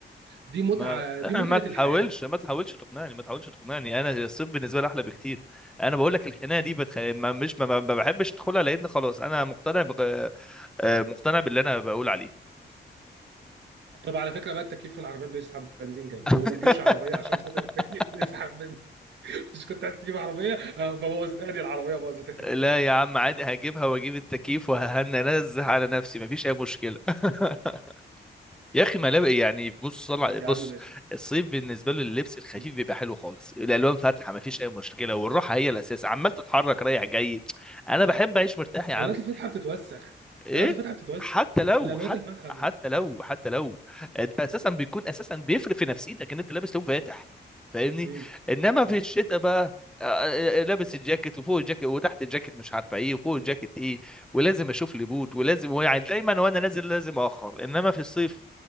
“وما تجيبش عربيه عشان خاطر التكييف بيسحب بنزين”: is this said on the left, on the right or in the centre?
Right